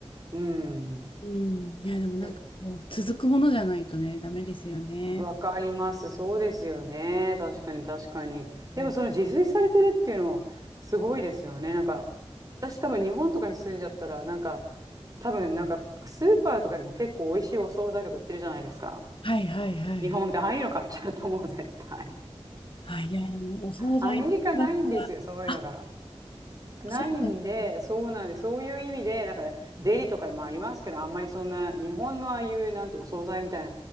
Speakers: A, on the right; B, on the left.
A: うーん。
B: うん。いや、でもなんかこう、
A: え、
B: 続くものじゃないとね、ダメですよね。
A: わかります。そうですよね。確かに確かに。でもその自炊されてるっていうのはすごいですよね。
B: うん
A: なんか、私多分日本とかに住んじゃったら、なんか、多分なんかスーパーとかでも結構美味しいお惣菜とか売ってるじゃないですか。
B: はいはいはいはい。
A: 日本でああいうの買っちゃうと思う、絶対。
B: あ、いや、でもお惣菜は、
A: アメリカないんですよ、そういうのが。
B: あ、
A: ないんで、
B: そうだね
A: そうなんで、そういう意味で、だから、デリとかでもありますけど、あんまりそんな、日本のああいう、なんてお惣菜みたいな、